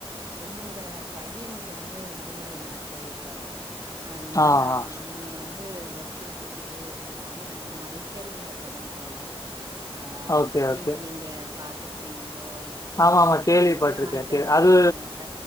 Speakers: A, on the right; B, on the left.
A: என்னுட பையனுக்கு வந்து விடுமுறை நாட்கள் இப்ப அதனால
B: ஆ, ஆ.
A: அவ வந் து வற்பற்புறுத்திக்கிட்டே இருந்தான்னு மைக்கேல்ங்கிற படம் போனோ ஆ
B: ஓகே,
A: ஐ திங்க்
B: ஓகே.
A: நீங்க பாத்துருப்பிங் ளோ அல்லது கேள்விப்பட்டு
B: ஆமாமா கேள்விப்பட்டுருக்கேன்.
A: இருப்பிங்க மைக்கேல்
B: கே
A: ஜாக்சனோட
B: அது